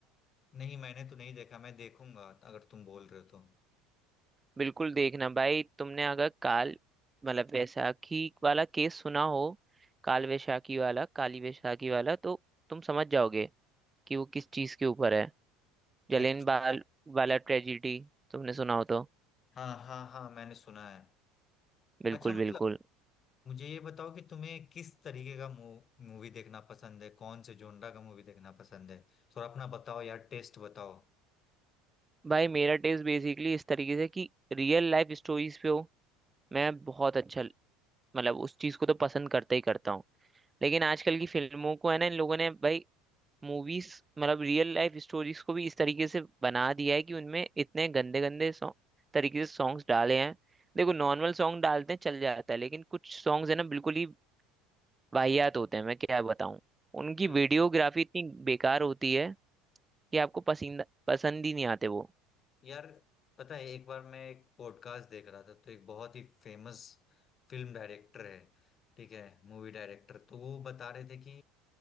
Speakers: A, on the left; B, on the right.
A: नहीं मैंने तो नहीं देखा मैं देखूंगा अगर तुम बोल रहे हो तो
B: बिल्कुल देखना भाई तुमने अगर काल मतलब वैशाखी वाला केस सुना हो काल वैशाखी वाला काली वैशाखी वाला तो तुम समझ जाओगे कि वो किस चीज के ऊपर है जलियन
A: अच्छा
B: वाला वाला ट्रेजिडी तुमने सुना हो तो
A: हाँ हाँ हाँ मैंने सुना है
B: बिल्कुल
A: अच्छा मतलब
B: बिल्कुल
A: मुझे ये बताओ कि तुम्हें किस तरीके का मूवी देखना पसंद है कौन से जोनरा का मूवी देखना पसंद है थोड़ा अपना बताओ यार टेस्ट बताओ
B: भाई मेरा टेस्ट बेसिकली इस तरीके से कि रियल लाइफ स्टोरीज पे हो मैं बहुत अच्छा मतलब उस चीज को तो पसंद करता ही करता हूँ लेकिन आजकल की फिल्मों को है ना इन लोगों ने भाई मूवीज मतलब रियल लाइफ स्टोरीज को भी इस तरीके से बना दिया है कि उनमें इतने गंदे गंदे सॉन्ग तरीके से सॉन्ग्स डाले हैं देखो नॉर्मल सॉन्ग डालते हैं चल जाता है लेकिन कुछ सॉन्ग्स है ना बिल्कुल ही वाहियात होते हैं मैं क्या बताऊं उनकी
A: बिल्कुल
B: वीडियोग्राफी इतनी बेकार होती है कि आपको पसंद पसंद ही नहीं आते वो
A: यार पता है एक बार मैं एक पॉडकास्ट देख रहा था तो एक बहुत ही फेमस फिल्म डायरेक्टर है ठीक है मूवी डायरेक्टर तो वो बता रहे थे कि